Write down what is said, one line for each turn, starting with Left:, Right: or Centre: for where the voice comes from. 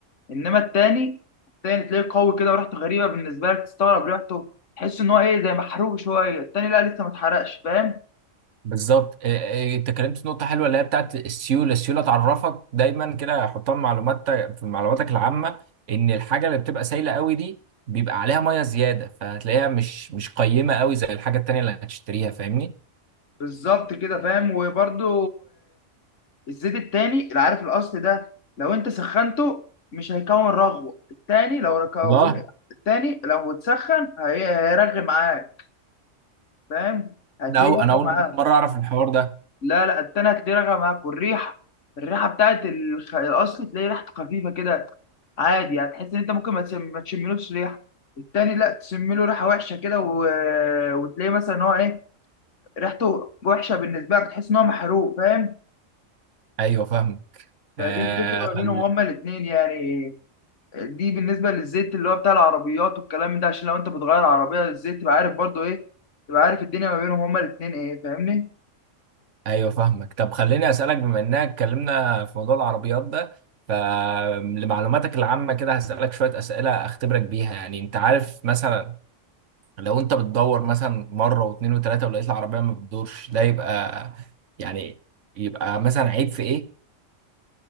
Left: انما التاني التاني تلاقيه قوي كده وريحته غريبه بالنسبه لك تستغرب ريحته تحس ان هو ايه زي محروق شويه التاني لا لسه ما اتحرقش فاهم
Right: بالظبط إيه- إيه، انت اتكلمت في نقطة حلوة اللي هي بتاعت السيولة السيولة تعرفك دايما كده حطها في معلوماتك في معلوماتك العامة ان الحاجة اللي بتبقى سايلة قوي دي بيبقى عليها مية زيادة فهتلاقيها مش مش قيمة قوي زي الحاجة التانية اللي هتشتريها فاهمني
Left: بالظبط كده فاهم وبرده الزيت التاني العارف الاصل ده لو انت سخنته مش هيكون رغوه التاني لو كون
Right: والله
Left: التاني لو اتسخن هي- هيرغي معاك فاهم هتلاقيه
Right: لا أو-
Left: رغي
Right: انا اول
Left: معاك
Right: مرة اعرف الحوار ده
Left: لا لا التانية هتلاقيه راجع معاك والريحة الريحة بتاعت الخ... الأصل تلاقي ريحته خفيفة كده عادي هتحس إن أنت ممكن ما تشم... ما تشملوش ريحة التاني لا تشمله ريحة وحشة كده و... وتلاقي مثلا إن هو إيه ريحته وحشة بالنسبة لك تحس إن هو محروق فاهم
Right: ايوه فاهمك
Left: فدي
Right: آه
Left: الفكرة
Right: خل...
Left: ما بينهم هما الاتنين يعني دي بالنسبة للزيت اللي هو بتاع العربيات والكلام ده عشان لو أنت بتغير عربية الزيت تبقى عارف برضو إيه تبقى عارف الدنيا ما بينهم هما الاتنين إيه فاهمني
Right: ايوه فاهمك طب خليني اسالك بما اننا اتكلمنا في موضوع العربيات ده فلمعلوماتك العامه كده هسالك شويه اسئله اختبرك بيها يعني انت عارف مثلا لو انت بتدور مثلا مره واثنين وثلاثه ولقيت العربيه ما بتدورش ده يبقى يعني يبقى مثلا عيب في ايه؟